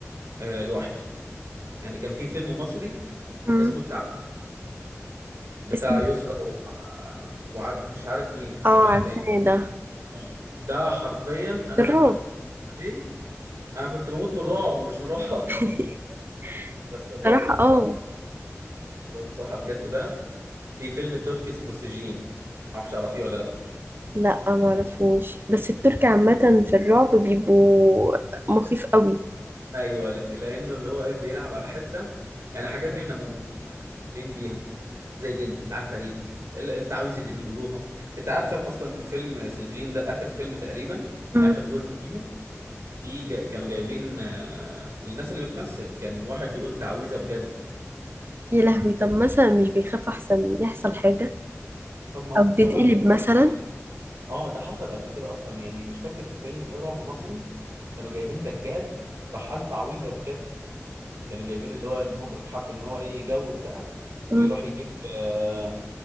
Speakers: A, on the right (about 75°); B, on the right (about 45°).
A: آه، لوحدي يعني كان في فيلم مصري
B: مم.
A: اسمه التعب بتاع
B: اسمه
A: يسرا و- وعاد مش عارف مين
B: اه
A: كمان
B: عارفاه
A: تاني
B: ده
A: آه. ده حرفيا انا
B: الرعب
A: لما اتفرجت عليه انا كنت بموت من الرعب مش الرعب
B: <laughs>
A: <laughs> بس الرعب
B: صراحة
A: الصراحه
B: اه
A: الرعب بصراحه بجد بقى في فيلم تركي اسمه سجين معرفش تعرفيه ولا لا
B: لا ما اعرفوش بس الترك عامة في الرعب بيبقوا مخيف قوي
A: ايوه لا. لانه اللي هو ايه بيلعب على حته يعني حاجات احنا مؤمنين بيها زي الجن العفاريت ال- التعاويذ اللي بيقولوها انت عارفه اصلا في فيلم سجين ده اخر فيلم تقريبا
B: مم.
A: اخر جزء ليهم في جا... كانوا جايبين آه، الناس اللي بتمثل كان واحد بيقول تعويذه بجد
B: يا لهوي طب مثلا مش بيخاف احسن يحصل حاجة
A: طب ما
B: او بتتقلب
A: ما ده حصل
B: مثلا
A: كده اه ده حصل قبل كده اصلا يعني مش فاكر في فيلم ايه رعب مصري كانوا جايبين دجال راح قال تعويذه بجد كانوا جايبين اللي هو المخرج حب ان هو ايه يجود بقى ويروح
B: مم.
A: يجيب آه،